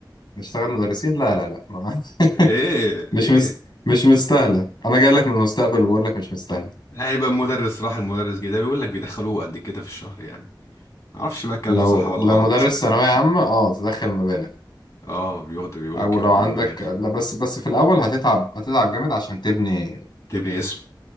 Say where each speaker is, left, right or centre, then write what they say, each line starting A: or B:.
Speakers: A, on the left; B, on the left.
A: نشتغل مدرسين لا لا لا ما...
B: ايه
A: <laughs> مش
B: ايه
A: مس... مش مستاهلة أنا جاي لك من المستقبل وبقول لك مش مستاهلة
B: هيبقى مدرس راح المدرس جه ده بيقول لك بيدخلوه قد كده في الشهر يعني ما اعرفش بقى الكلام
A: لو
B: ده صح ولا
A: لو
B: غلط
A: مدرس ثانوية عامة أه تدخل مبالغ
B: اه بياخدوا بيقول
A: او
B: لك ياخدوا
A: لو عندك
B: مبالغ
A: لا بس بس في الاول هتتعب هتتعب جامد عشان تبني
B: تبني اسم